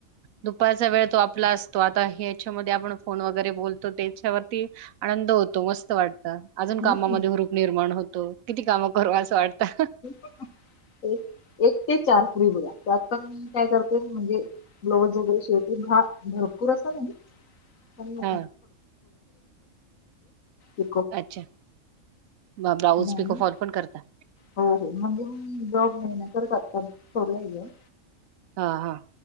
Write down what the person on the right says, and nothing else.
दुपारच्या वेळेत तो आपला असतो आता याच्यामध्ये आपण फोन वगैरे बोलतो त्याच्यावरती आनंद होतो मस्त वाटत. अजून कामामध्ये
हुरूप निर्माण होतो किती काम करू असं वाटतं.
हा
अच्छा म ब्लाऊज
पिकफॉल पण करता.
हा हा.